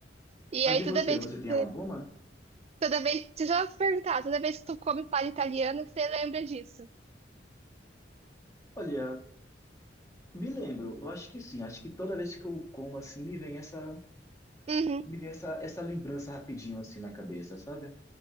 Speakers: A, on the right; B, on the left.
A: E
B: Mas
A: aí
B: e
A: toda
B: você,
A: vez
B: você
A: que
B: tem
A: você
B: alguma?
A: Toda vez, deixa eu te perguntar, toda vez que tu come palha italiana, você lembra disso?
B: Olha, me lembro, eu acho que sim, acho que toda vez que eu como assim, me vem essa,
A: Uhum,
B: me vem essa, essa lembrança rapidinho assim na cabeça, sabe?